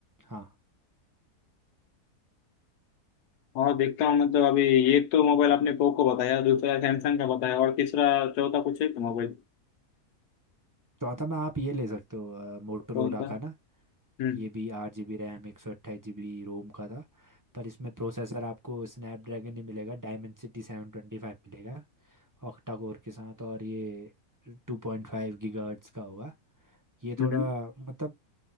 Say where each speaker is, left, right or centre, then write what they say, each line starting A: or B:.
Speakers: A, on the right; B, on the left.
A: हाँ
B: और देखता हूँ मतलब अभी एक तो मोबाइल आपने पोको बताया दूसरा सैमसंग का बताया और तीसरा चौथा कुछ है क्या मोबाइल
A: चौथा में आप ये ले सकते हो मोटोरोला
B: कौन सा
A: का ना
B: हम्म
A: ये भी आठ जी बी रैम एक सौ अट्ठाईस जी बी रोम का था पर इसमें प्रोसेसर आपको स्नैपड्रैगन नहीं मिलेगा डायमेंसिटी सेवन ट्वेंटी फाइव मिलेगा ऑक्टा कोर के साथ और ये टू पॉइंट फाइव गीगाहर्ट्ज का होगा ये
B: हम्म
A: थोड़ा
B: हम्म।
A: मतलब